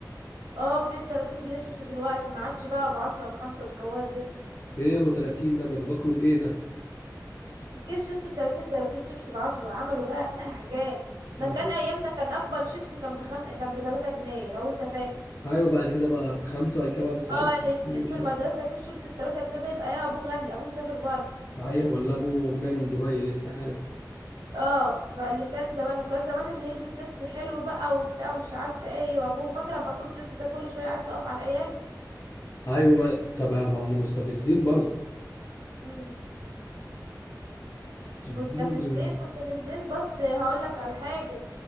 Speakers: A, on the right; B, on the left.
A: اه في بتلاتين جنيه شيبس دلوقتي ما عادش بقى بعشرة وخمسة والكواد ده
B: ايه يا ابو 30 ده ببقى باكله بايه ده
A: كيس شيبس بتلاتين زي كيس شيبس بعشرة وعملوا بقى <clears throat> حاجات ده
B: انا
A: كان
B: شفت
A: أيامنا كان أكبر شيبس كان بخم كان بتلاتة جنيه لو أنت فاكر
B: ايوه بعد كده بقى بخمسه بعد كده بقى بالساعه
A: اه
B: مش
A: اللي يجيب في المدرسة
B: عارف
A: كيس شيبسي بتلاتة جنيه ده يبقى ايه ابوه غني ابوه مسافر بره
B: صحيح ولا ابو ابو جاي من دبي لسه حالا
A: اه فاللي كان زمان وكان زمان اللي يلبس لبس حلو بقى وبتاع مش عارفة ايه وابوه فاكرة اما كنت انت كل شوية عايز تقف على العيال
B: ايوه ما طب ما هم مستفزين برضه
A: مم.
B: مستفزين،
A: مستفزين مستفزين بس هقولك على حاجة